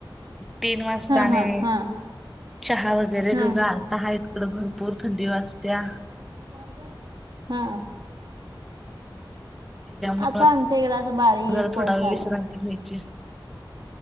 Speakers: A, in the centre; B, on the right.
A: तीन वाजता
B: हां,
A: आणि
B: हां, हां,
A: चहा वगैरे
B: हां.
A: ग गार तिकडं भरपूर थंडी वाजत्या.
B: हा.
A: त्याच्यामुळं
B: हा आमच्या इकडे असा बारीक
A: जरा
B: पाऊस
A: थोडा
B: आला.
A: <unintelligible>